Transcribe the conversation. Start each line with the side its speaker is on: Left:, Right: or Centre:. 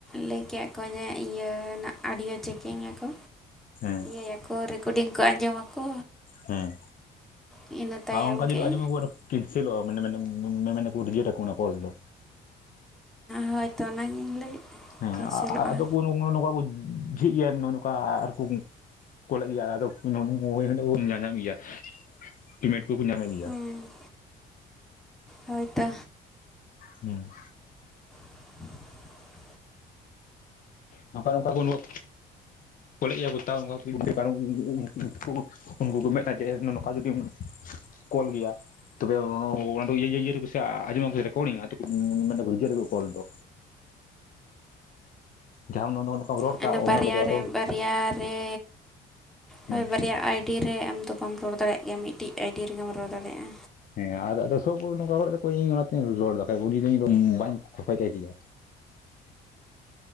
Centre: ᱞᱟᱹᱭ ᱠᱮᱫᱟ ᱠᱚ ᱡᱮ ᱤᱭᱟᱹᱱᱟᱜ ᱚᱰᱤᱭᱳ ᱪᱮᱠᱤᱝ ᱟᱠᱚ
Left: ᱦᱮᱸ
Centre: ᱞᱟᱹᱭ ᱟᱠᱚ ᱨᱮᱠᱚᱨᱰᱤᱝ ᱠᱚ ᱟᱸᱡᱚᱢ ᱟᱠᱚ
Left: ᱦᱮᱸ
Centre: ᱤᱱᱟᱹ ᱛᱟᱭᱚᱢ
Left: ᱟᱨ ᱚᱱᱠᱟ ᱫᱤᱱ
Centre: ᱜᱮ
Left: ᱦᱤᱞᱟᱹᱜ ᱟᱸᱡᱚᱢ ᱠᱮᱱᱥᱮᱞᱚ-ᱟ ᱢᱮᱢᱮᱱᱟ ᱠᱩ ᱨᱤᱡᱮᱠᱴᱟ-ᱠᱩ ᱚᱱᱟ ᱠᱚᱞ ᱫᱚ
Centre: ᱦᱳᱭᱛᱚ ᱚᱱᱟᱜᱤᱧ ᱞᱟᱹᱭᱮᱫ
Left: ᱦᱮᱸ
Centre: ᱠᱮᱱᱥᱮᱞᱚᱜᱼᱟ
Left: ᱟᱫᱚ ᱠᱚ ᱱᱚᱝᱠᱟ ᱠᱚ ᱡᱷᱤᱡ ᱜᱮᱭᱟ ᱱᱚᱜᱼᱚᱭ ᱱᱚᱝᱠᱟ ᱟᱨᱠᱚ ᱠᱚᱞᱮᱫ ᱜᱮᱭᱟ ᱟᱫᱚ ᱢᱳᱵᱟᱭᱤᱞ ᱦᱤᱞᱳᱜ ᱵᱚᱱ ᱧᱟᱧᱟᱢ ᱜᱮᱭᱟ ᱯᱮᱢᱮᱴ ᱠᱚᱠᱚ ᱧᱟᱢᱮᱫ ᱜᱮᱭᱟ
Centre: ᱦᱮᱸ ᱦᱳᱭ ᱛᱚ
Left: ᱦᱮᱸ
Centre: <unintelligible>
Left: ᱱᱚᱝᱠᱟ ᱱᱚᱝᱠᱟ ᱠᱚ ᱱᱚᱣᱟ ᱠᱚᱞᱮᱜ ᱜᱮᱭᱟ ᱠᱚ ᱠᱟᱨᱚᱱ ᱩᱱᱠᱩ ᱠᱚ <unintelligible> ᱡᱮ ᱱᱚᱝᱠᱟ ᱡᱩᱫᱤᱢ ᱠᱚᱞ ᱜᱮᱭᱟ ᱛᱚᱵᱮ <unintelligible> ᱤᱭᱟᱹ ᱨᱮ ᱠᱚ ᱥᱮ ᱟᱸᱡᱚᱢ ᱧᱟᱢ <unintelligible> ᱨᱮᱠᱰᱤᱝ <unintelligible> ᱟᱫᱚ ᱢᱮᱱ ᱫᱟᱠᱩ ᱨᱤᱡᱮᱴ ᱟᱠᱚ ᱠᱚᱞ ᱫᱚ ᱡᱟᱦᱟᱸᱢ ᱱᱚᱝᱠᱟᱢ ᱨᱚᱲ
Centre: ᱦᱮᱸ
Left: ᱠᱟᱜ
Centre: ᱚᱱᱟ ᱵᱟᱨᱭᱟ
Left: ᱠᱚᱫᱚ ᱟᱫᱚ
Centre: ᱨᱮ ᱵᱟᱨᱭᱟ ᱨᱮ
Left: ᱦᱮᱸ
Centre: ᱦᱳᱭ ᱵᱟᱨᱭᱟ ᱟᱭᱰᱤ ᱨᱮ ᱟᱢ ᱫᱚ ᱵᱟᱢ ᱨᱚᱲ ᱫᱟᱲᱮᱭᱟᱜ ᱜᱮᱭᱟ ᱢᱤᱫᱴᱤᱡ ᱟᱭᱰᱤ ᱨᱮᱜᱮᱢ ᱨᱚᱲ ᱫᱟᱲᱮᱭᱟᱜᱼᱟ
Left: ᱦᱮᱸ ᱟᱫᱚ ᱥᱚᱵ ᱱᱚᱝᱠᱟ ᱨᱚᱲ ᱮᱫᱟᱠᱚ ᱤᱧ ᱚᱱᱟᱛᱮᱧ ᱨᱚᱲ ᱮᱫᱟ ᱵᱟᱠᱷᱟᱱ ᱩᱱᱤ ᱫᱚ ᱤᱧ ᱵᱟᱹᱧ ᱠᱷᱚᱭ ᱠᱮᱜᱮᱭᱟ